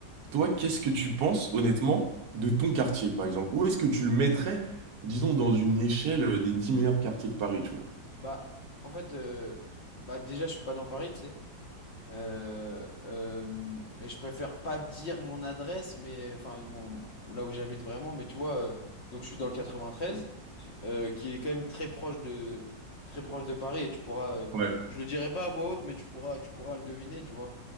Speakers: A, on the right; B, on the left.
A: Toi, qu'est-ce que tu penses, honnêtement, de ton quartier, par exemple? Où est-ce que tu le mettrais, disons, dans une échelle euh, des 10 meilleurs quartiers de Paris, tu vois?
B: Bah, en fait, euh, bah déjà, je suis pas dans Paris, tu sais. Euh, euh, et je préfère pas dire mon adresse, mais enfin mon, là où j'habite vraiment, mais tu vois, euh, donc je suis dans le 93, euh, qui est quand même très proche de très proche de Paris, et tu pourras, euh,
A: Ouais.
B: je le dirai pas à voix haute, mais tu pourras tu pourras le deviner, tu vois.